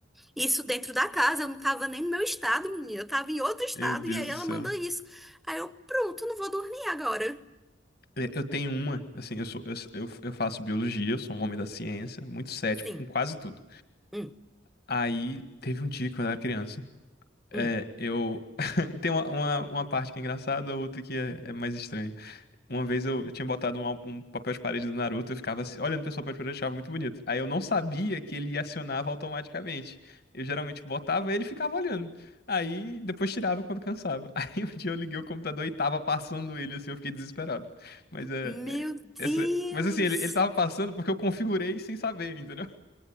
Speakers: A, in the centre; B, on the left.
A: Isso dentro da casa, eu não tava nem no meu estado, menina. Eu tava em outro estado
B: Meu Deus
A: e aí
B: do
A: ela
B: céu.
A: manda isso. Aí eu, pronto, não vou dormir agora.
B: É, Eu tenho uma, assim, eu sou, eu, sou- eu eu faço biologia, eu sou um homem da ciência, muito cético
A: Sim.
B: com quase tudo.
A: Hum.
B: Aí teve um dia quando eu era criança, é,
A: hum.
B: eu tem uma, uma, uma parte que é engraçada, outra que é, é mais estranha. Uma vez eu, eu tinha botado um, al- um papel de parede do Naruto, eu ficava assim, olhando pra esse papel de parede, eu achava muito bonito. Aí eu não sabia que ele acionava automaticamente. Eu geralmente botava e ele ficava olhando. Aí depois tirava quando cansava. <laughs> Aí um dia eu liguei o computador e tava passando ele, assim, eu fiquei desesperado. Mas é.
A: Meu
B: é-
A: Deus!
B: essa... Mas assim, ele, ele tava passando porque eu configurei sem saber, entendeu?